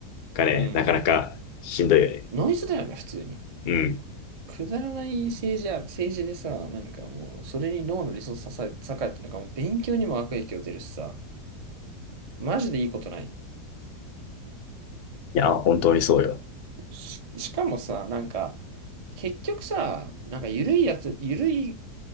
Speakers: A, on the left; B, on the right.
A: がね、
B: うん。
A: なかなかしんどいよね。
B: ノイズだよね、普通に。
A: うん。
B: くだらない政治ある、政治でさ、なんかもう、それに脳のリソースささ割て、なんかもう勉強にも悪影響出るしさ、マジでいいことない。
A: いや、本当にそうよ。
B: し、しかもさ、なんか、結局さ、なんか緩いやつ、緩い、